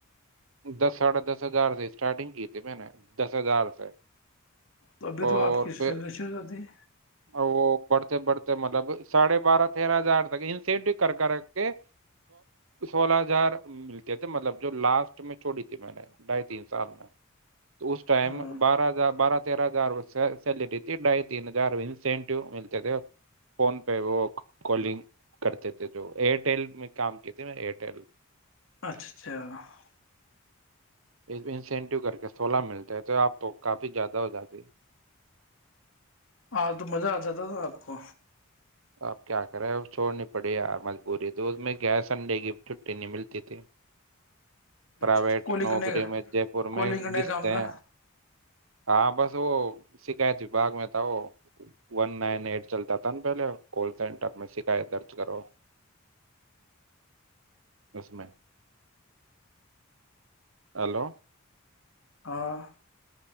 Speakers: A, on the right; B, on the left.
A: دس ساھا دس ہزار سے اسٹارٹنگ کی ت میں نے دس ہزار سے
B: تو ابھی
A: اور
B: تو آپ کی
A: پھر
B: سیل میںشو ہو جاتی ہے
A: وہ بڑھتے بڑھتے مطلب ساڑھے بارہ تیرہ ہزار تک انسٹو کر کر رکھ کے سولہ ہزار ملتے تھے مطلب جو لاسٹ میں چھوڑی تھی میں نے ڈھائی تین سال میں تو اس ٹائم
B: ہاں
A: بارہ ہزار بارہ تیرہ ہزار سیل جی ڈھائی تین ہزار انسینٹیو ملتے تھے فون پہ وہ کالنگ کرتے تھے جو ایئرٹیل میں کام کی تھی ن ایئرٹیل
B: اچھا اچھا <unintelligible>
A: اس انسینٹیو کر کے سولہ ملتے ہیں تو آپ کو کافی زیادہ ہو جاتی
B: ہاں تو مزہ آ جاتا تھا آپ کو
A: اب کیا کرے ا چھوڑنی پڑی یار مجبوری تو اس میں کیا ہے سنڈے کی چھٹی نہیں ملتی تھی
B: اچھا
A: پرائیویٹ
B: اچھا کالنگ
A: نوکری
B: کرنے کا
A: میں جے پور
B: کالنگ
A: میں
B: کرنے
A: گستے
B: کا کام تھا
A: ہیں ہاں بس وہ شکایت وباگ میں تھا وہ ون نائن ایٹ چلتا تھا نا پہلے کال سینٹر میں شکایت درج کرو اس میں ہیلو
B: ہاں